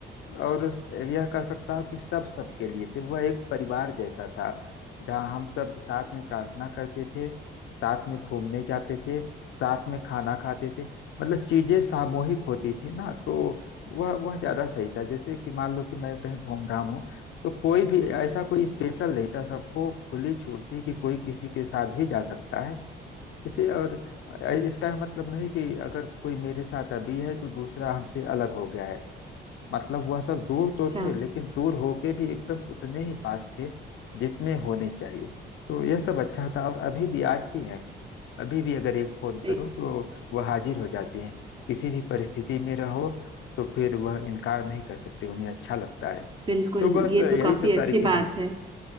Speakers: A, on the left; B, on the right.
A: और यह कह सकता हूँ कि सब सबके लिए थे वह एक परिवार जैसा था जहाँ हम सब साथ में प्रार्थना करते थे साथ में घूमने जाते थे साथ में खाना खाते थे मतलब चीजें सामूहिक होती थी ना तो वह वह ज्यादा सही था जैसे कि मान लो कि मैं कहीं घूम रहा हूँ तो कोई भी ऐसा कोई स्पेशल नहीं था सबको खुली छूट थी कि कोई किसी के साथ भी जा सकता है इसे और अ, इसका यह मतलब नहीं कि अगर कोई मेरे साथ अभी है तो दूसरा हमसे अलग हो गया है मतलब वह सब दूर
B: अच्छा
A: तो थे लेकिन दूर होके भी एकदम उतने ही पास थे जितने होने चाहिए तो यह सब अच्छा था और अभी भी आज भी है अभी भी अगर एक फोन
B: ए-
A: करो तो वह हाजिर हो जाते हैं किसी भी परिस्थिति में रहो तो फिर वह इनकार नहीं कर सकते उन्हें अच्छा लगता है
B: बिल्कुल
A: तो बस
B: ये
A: यही
B: तो काफी
A: सब सारी
B: अच्छी
A: चीजें
B: बात है